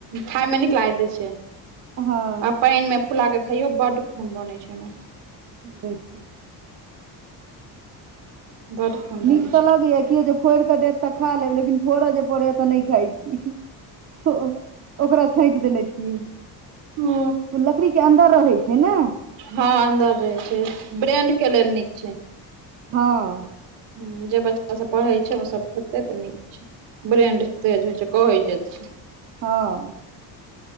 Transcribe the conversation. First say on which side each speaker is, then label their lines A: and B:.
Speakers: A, on the right (about 85°); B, on the right (about 35°).
A: खायमे नीक लागैत रहे छै
B: हँ
A: आ पाइनमे। फुला कऽ खइयो बड्ड खून बनै छै ओइमे।
B: देखि।
A: बड खून बनै
B: नीक ता लगैया किओ जे फोड़ि का देत। ता खा लेब, लेकिन फोड़ा जे पड़ेया तऽ नहि खाइ छी। ओ-ओकरा छइंट देने छियै।
A: छै
B: ओ लकड़ी के अंदर रहै छै ने।
A: हँ अंदर रहै छै, ब्रेंड के लेल नीक छै।
B: हॅं।
A: हू जे बच्चा सब पढ़े छै, ओ सब खेते तऽ नीक होइ छै, ब्रेंड तेज होइ छै। कहै जे छै।
B: हं।